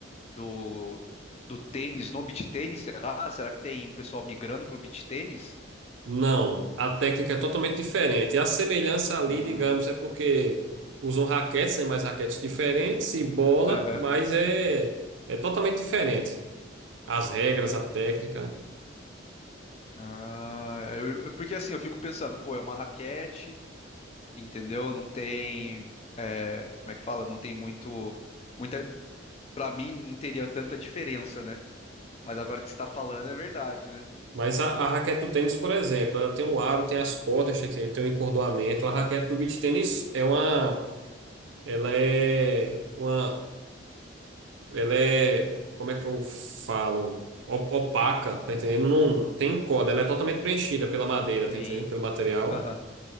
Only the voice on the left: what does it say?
do, do tênis no beach tênis, será? Será que tem pessoal migrando pro beach tênis?
Ah,
aham.
Ah, eu, eu- porque assim, eu fico pensando, pô, é uma raquete, entendeu? Não tem, é, como é que fala? Não tem muito, muita, para mim não teria tanta diferença, né? Mas agora que você está falando é verdade, né?
Sim.
Aham.